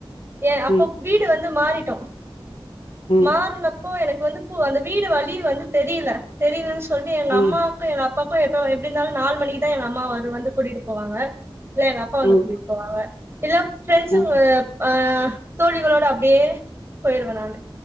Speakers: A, on the right; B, on the left.
A: ஏ அப்போ
B: ம்
A: வீடு வந்து மாரி ட்டோ
B: ம்
A: மாறுனப்போ எனக் வந்து போ அந்த வீடு வழி வந்து தெரில தெரிலன்ஸ் சொல்ட்டு எங்க
B: ம்
A: அம்மாக்கு எங் அப் பப்பாக்கு எப்போ எப்டினாலும் நாலு மணிக்குதா எங்க அம்மா வரு வந்து கூட்டிட்டு போவாங்க இல்ல எங்க அப்பா வந்து
B: ம்
A: கூட்டிட் போவாங்க இல்ல பிரெண்ட்ஸுங்க
B: ம்
A: ப்பா தோழிகளோட அப்டியே போயிருவ நானு